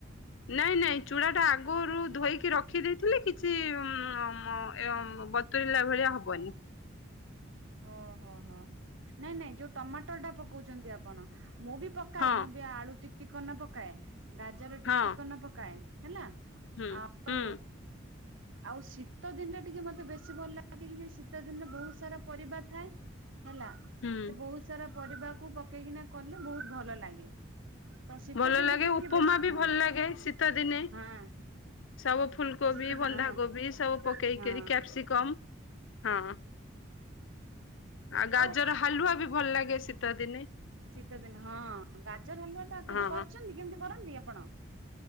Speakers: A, on the left; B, on the right.
A: ନାଇଁ ନାଇଁ ଚୂଡ଼ା ଟା ଆଗୁରୁ ଧୋଇକି ରଖି ଦେଇେଇଥିଲେ କିଛି ମ-ମ ଏ-ଅଁ-ବ ତୁରିଲା ଭଳିଆ ହବନି।
B: ଓହୋ ହୋ ନାଇଁ ନାଇଁ ଯୋଉ ଟମାଟର ଟା ପକଉଚନ୍ତି ଆପଣ ମୁଁ ବି ପ ପକାଏ
A: ହଁ
B: ମୁଁ ବି ଆଳୁ ଟିକଟିକ କରନା ପକାଏ, ଗାଜର
A: ହଁ
B: ଟିକଟିକ କରନା ପକାଏ ହେଲା।
A: ହୁଁ
B: ଆଉ
A: ହୁଁ।
B: ଆଉ ଶୀତ ଦିନ ଟା ଟିକେ ମତେ ବେଶୀ ଭଲ ଲାଗେ କି ଯେ ଶୀତ ଦିନରେ ବହୁତ ସାରା ପରିବା ଥାଏ। ହେଲା
A: ହୁଁ
B: ସେ ବହୁତ ସାରା ପରିବାକୁ ପକେଇକିନା କଲେ ବହୁତ ଭଲ ଲାଗେ। ତ ଶୀତ
A: ଭଲ
B: ଦିନେ
A: ଲାଗେ
B: ଟିକେ
A: ଉପମା
B: ବେଶୀ
A: ବି
B: ହଁ
A: ଭଲ ଲାଗେ ଶୀତ ଦିନେ।
B: ହଁ
A: ସବୁ ଫୁଲ କୋବି
B: ଶୀତ
A: ବନ୍ଧାକୋବି
B: ଦିନ ହଁ
A: ସବୁ ପକେଇକିରି
B: ହଁ
A: କ୍ୟାପସିକମ୍ ହଁ। ଆ ଗାଜର
B: ଆଉ
A: ହାଲୁଆ ବି ଭଲ ଲାଗେ ଶୀତ ଦିନେ।
B: ଶୀତଦିନ ହଁ ଗାଜର ହାଲୁଆଟା କେବେ
A: ହଁ
B: କରିଚନ୍ତି କେମିତି କରନ୍ତି ଆପଣ?